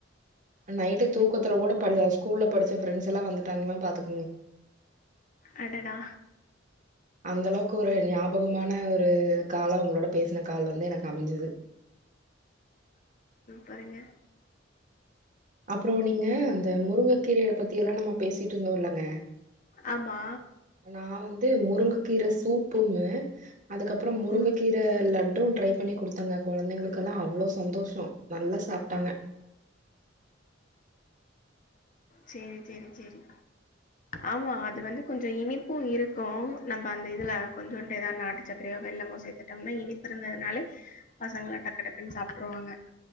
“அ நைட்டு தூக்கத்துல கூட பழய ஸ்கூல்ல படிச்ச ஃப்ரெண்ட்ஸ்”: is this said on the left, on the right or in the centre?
Right